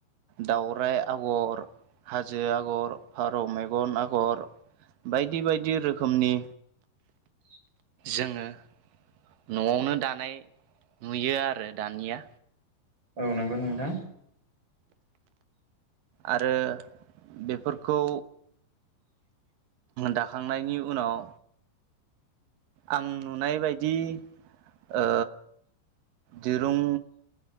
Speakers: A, on the right; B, on the right.
A: दाउराइ आगर हाजो आगर फारौ मेगन आगर बायदि बायदि रोखोमनि
B: <unintelligible>
A: जोङो न'आवनो दानाय नुयो आरो दानिया
B: औ नंगौ नोंथां
A: आरो बेफोरखौ दाखांनायनि उनाव आं नुनायबायदि ओ दिरुं